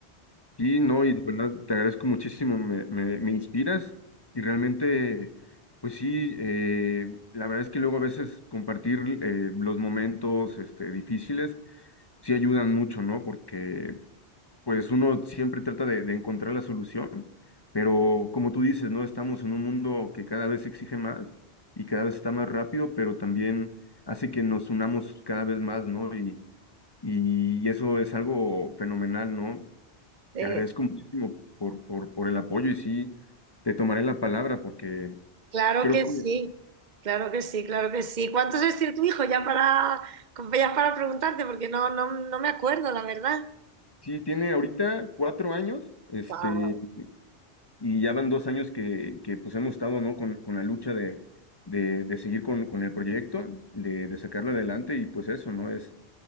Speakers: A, on the left; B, on the right.
A: Sí, no, y de verdad te agradezco muchísimo, me, me, me inspiras y realmente, pues sí, eh, la verdad es que luego a veces compartir eh, los momentos este, difíciles sí ayudan mucho, ¿no? Porque pues uno siempre trata de, de encontrar la solución, pero como tú dices, ¿no? Estamos en un mundo que cada vez exige más y cada vez está más rápido, pero también hace que nos unamos cada vez más, ¿no? Y, y eso es algo fenomenal, ¿no?
B: Eh,
A: Te agradezco muchísimo por, por, por el apoyo y sí, te tomaré la palabra porque
B: Claro
A: creo
B: que
A: que
B: sí, claro que sí, claro que sí. ¿Cuántos años tiene tu hijo? Ya para, ya para preguntarte, porque no, no, no me acuerdo, la verdad.
A: sí tiene ahorita cuatro años, este,
B: Guau.
A: y ya van dos años que, que pues hemos estado, ¿no? Con, con la lucha de, de, de seguir con, con el proyecto, de, de sacarlo adelante y pues eso, ¿no? Es,